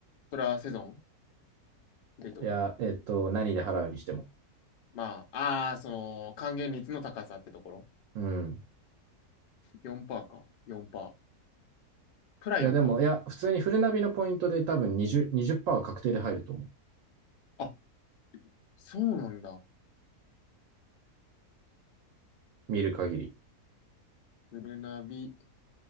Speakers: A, on the left; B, on the right.
A: それはセゾンでってこと
B: いや、えっと、何で払うにしても。
A: まあ、あー、その、還元率の高さってところ。
B: うん。
A: 4%か。4%。プラ4%。
B: いや、でも、いや、普通にフルナビのポイントで多分20、20%は確定で入ると思う。
A: あ、そうなんだ。
B: 見る限り。
A: フルナビ。